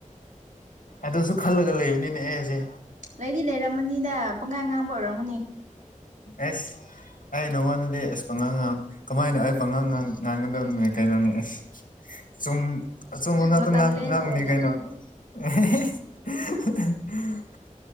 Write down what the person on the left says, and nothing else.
ꯑꯗꯨꯁꯨ ꯈꯜꯂꯒ ꯂꯩꯕꯅꯤꯅꯦ ꯑꯦꯁꯦ
ꯑꯦꯁ ꯑꯩ ꯅꯪꯉꯣꯟꯗꯗꯤ ꯑꯁ ꯄꯥꯉꯥꯡ ꯉꯥꯡ ꯀꯃꯥꯏꯅꯣ ꯑꯩ ꯄꯥꯉꯥꯡꯉꯥꯡ ꯉꯥꯡꯒꯗꯝꯅꯦ ꯀꯥꯏꯅꫭꯅꯦ ꯑꯦꯁ ꯆꯨꯝ ꯑꯆꯨꯝꯕ ꯉꯥꯇ
ꯆꯥꯡ
ꯉꯥꯡꯕꯅꯤ
ꯀꯩꯅꯣ <unintelligible> <unintelligible>